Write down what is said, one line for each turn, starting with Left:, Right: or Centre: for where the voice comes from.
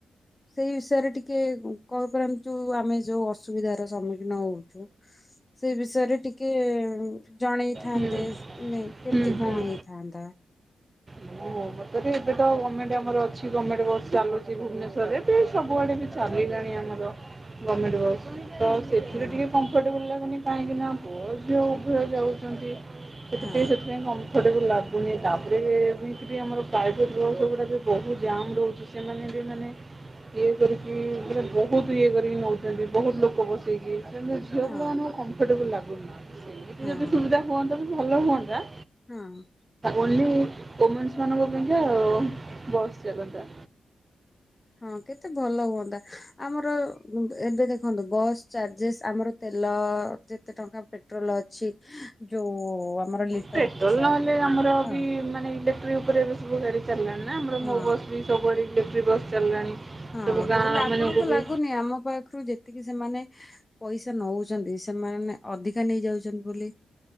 Left: ସେଇ ବିଷୟରେ ଟିକେ କହିପାରନ୍ତୁ, ଆମେ ଯୋଉ ଅସୁବିଧାର ସମ୍ମୁଖୀନ ହଉଚୁ। ସେଇ ବିଷୟରେ ଟିକେ ଜଣେଇଥାନ୍ତେ।
Right: ହୁଁ
Left: ନେଇଁ, କେମିତି
Right: ହୁଁ ହୁଁ
Left: କଣ ହେଇଥାନ୍ତା?
Right: <unintelligible> ମତରେ ଏବେ ତ ଗମେଣ୍ଟ୍ ଆମର ଅଛି, ଗମେଣ୍ଟ ବସ୍ ଚାଲୁଚି ଭୁବନେଶ୍ୱରରେ ବି, ସବୁଆଡ଼େ ବି ଚାଲିଲାଣି ଆମର ଗମେଣ୍ଟ୍ ବସ୍, ତ ସେଥିରେ
Left: ହଁ
Right: ଟିକେ କମ୍- କମ୍ଫଟେବୁଲ୍ ଲାଗୁନି, କାହିଁକି ନା ପୁଅ ଝିଅ ଉଭୟ ଯାଉଚନ୍ତି, ସେଥିପାଇଁ
Left: ହଁ
Right: ସେ- ସେଥିପାଇଁ କମ୍ଫର୍ଟେବୁଲ୍ ଲାଗୁନି। ତାପରେ ଏମିତି ବି ଆମର ପ୍ରାଇଭେଟ୍ ବସ୍ ଗୁଡ଼ାକ ବହୁତ ଜାମ୍ ରହୁଛି। ସେମାନେ ବି ମାନେ ଇଏ କରିକି, ପୁରା ବହୁତ୍ ଇଏ କରିକି ନଉଚନ୍ତି, ବହୁତ୍ ଲୋକ ବସେଇକି କିନ୍ତୁ ଝିଅ
Left: ହଁ
Right: ପିଲାମାନଙ୍କୁ କମ୍ଫର୍ଟେବୁଲ୍ ଲାଗୁନି। ସେମିତି
Left: ହଁ
Right: ଯଦି ସୁବିଧା ହୁଅନ୍ତା ବି, ଭଲ ହୁଅନ୍ତା।
Left: ହଁ ଅ।
Right: ଓନ୍ଲି ଓମେନ୍ସ ମାନଙ୍କ ପାଇଁ କା, ଓ ଓ ବସ୍ ଚାଲନ୍ତା।
Left: ହଁ କେତେ ଭଲ ହୁଅନ୍ତା। ଆମର ଏବେ ଦେଖନ୍ତୁ ବସ୍ ଚାର୍ଜେସ୍ ଆମର- ତେଲ ଯେତେ ଟଙ୍କା ପେଟ୍ରୋଲ୍ ଅଛି ଯୋଉ ଆମର ଲିଟର
Right: ପେଟ୍ରୋଲ୍
Left: ପିଛା
Right: ନହେଲେ ଆମର
Left: ହଁ
Right: ବି ମାନେ ଇଲେକ୍ଟ୍ରି ଉପରେ ଏବେ ସବୁ ଗାଡି- ଚାଲିଲାଣି ନା, ଆମର
Left: ହଁ
Right: ମୋ ବସ୍ ବି ସବୁଆଡ଼େ ଇଲେକ୍ଟ୍ରିକ୍ ବସ୍ ଚାଲିଲାଣି।
Left: ହଁ,
Right: ସବୁ ଗାଁ
Left: କିନ୍ତୁ ଆପଣଙ୍କୁ
Right: ମାନଙ୍କୁ ବି
Left: ଲାଗୁନି ଆମ ପାଖରୁ ଯେ- ଯେତିକି ସେମାନେ ପଇସା ନଉଚନ୍ତି, ସେମାନେ ଅଧିକା ନେଇଯାଉଚନ୍ତି ବୋଲି।